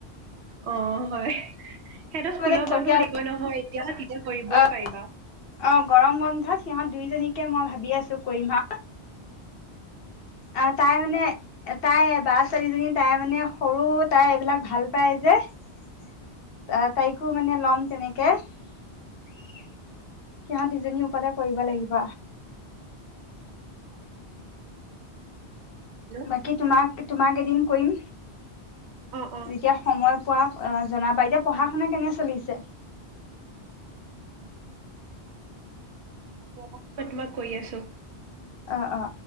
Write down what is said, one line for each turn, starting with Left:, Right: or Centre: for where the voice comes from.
Right: অ হয় সিহঁত স্কুলৰ
Left: মানে
Right: বন্ধও
Left: টকীয়া
Right: দিব নহয় এতিয়া তেতিয়া কৰিবই
Left: অ
Right: পাৰিবা।
Left: অ গৰম বন্ধত সিহত দুইজনীকে মই ভাবি আছো। কৈ মা অ তাই মানে তাই বা ছোৱালীজনী তাই মানে সৰু তাই এইবিলাক ভাল পায় যে তাইকো মানে লম তেনেকে, সিহঁত দুজনী ওপৰতে কৰিব লাগিব।
Right: হেল্ল',
Left: বাকী তোমাক তোমাক এদিন কৰিম
Right: অ অ
Left: যেতিয়া সময় পোৱা জনাবা এতিয়া পঢ়া শুনা কেনে চলিছে?
Right: মই তোমাক কৈ আছো।
Left: অ অ।